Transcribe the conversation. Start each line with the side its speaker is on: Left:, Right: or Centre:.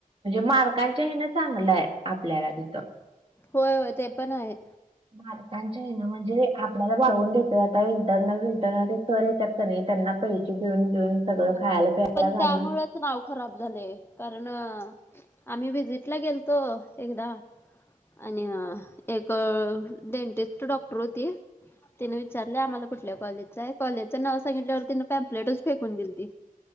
Right: मार्क, <unintelligible> चांगलंय आपल्याला तिथं,
Left: होय, होय ते पण आहे.
Right: मार्कांचे आहे ना म्हणजे आपल्याला वाढऊन देतय आता इंटरनल, विंटरनल सर येतात क नाही त्यांना पैसे देऊन घेऊन सगळं
Left: होय
Right: खायला प्यायला
Left: पण त्यामुळेच
Right: घालून.
Left: नाव खराब झालय कारण आम्ही विजिट ला गेलतो एकदा, आणि अ एक डेंटिस्ट डॉक्टर होती. तिने विचारलंय आम्हाला कुठल्या कॉलेजच आहे कॉलेजचं नाव सांगितल्यावर तिनं पॅम्पलेटच फेकून दिलती.